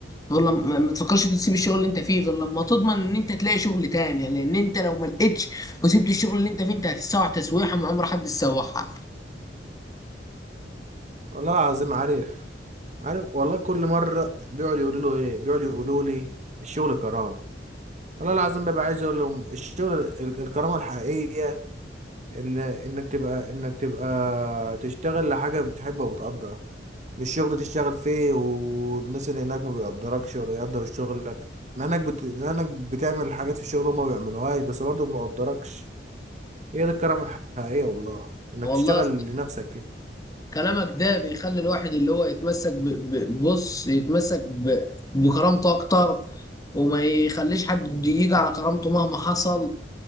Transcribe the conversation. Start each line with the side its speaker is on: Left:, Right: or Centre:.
Left: غير لما ما تفكرش تسيب الشغل اللي انت فيه غير لما تضمن ان انت تلاقي شغل تاني لان انت لو ما لقيتش وسبت الشغل اللي انت فيه انت هتتسوح تسويحه ما عمر حد يسوحها
Right: والله العظيم عارف عارف والله كل مرة بيقعدوا يقولوا له ايه بيقعدوا يقولوا لي الشغل كرامة والله العظيم ببقى عايز اقول لهم الشغل ال- الكرامة الحقيقية اللي انك تبقى انك تبقى تشتغل لحاجة بتحبها وبتقدرها مش شغل تشتغل فيه والناس اللي هناك ما بيقدركش ولا يقدر شغلك مع انك بت... مع انك بتعمل حاجات في الشغل هما ما بيعملوهاش بس برضه ما بيقدركش هي دي الكرامة الحقيقية والله انك
Left: والله
Right: تشتغل لنفسك كده
Left: كلامك ده بيخلي الواحد اللي هو يتمسك ب- ب- بص يتمسك ب- بكرامته اكتر وما يخليش حد يجي على كرامته مهما حصل